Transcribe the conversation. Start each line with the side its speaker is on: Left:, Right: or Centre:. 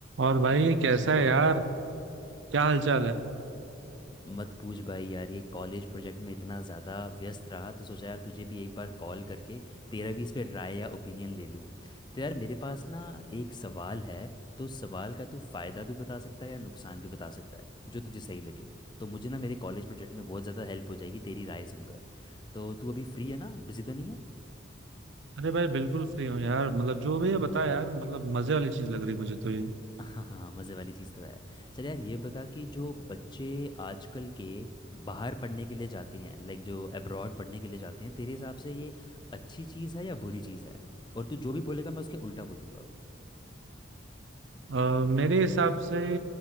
Right: और भाई कैसा है यार क्या हालचाल है
Left: मत पूछ भाई यार ये कॉलेज प्रोजेक्ट में इतना ज़्यादा व्यस्त रहा तो सोचा यार तुझे भी एक बार कॉल करके तेरा भी इस पे राय या ओपिनियन ले लूँ तो यार मेरे पास ना एक सवाल है तो उस सवाल का तू फ़ायदा भी बता सकता है या नुकसान भी बता सकता है जो तुझे सही लगे तो मुझे ना मेरे कॉलेज प्रोजेक्ट में बहुत ज़्यादा हेल्प हो जाएगी तेरी राय सुनकर तो तू अभी फ्री है ना बिजी तो नहीं है
Right: अरे भाई बिल्कुल फ्री हूँ यार मतलब जो भी है बता यार मतलब मजे वाली चीज लग रही है मुझे तो ये
Left: हाँ हाँ मज़े वाली चीज़ तो है चल यार ये बता कि जो बच्चे आजकल के बाहर पढ़ने के लिए जाते हैं लाइक जो अब्रॉड पढ़ने के लिए जाते हैं तेरे हिसाब से ये अच्छी चीज़ है या बुरी चीज़ है और तू जो भी बोलेगा मैं उसके उल्टा बोलूँगा
Right: अ, मेरे हिसाब से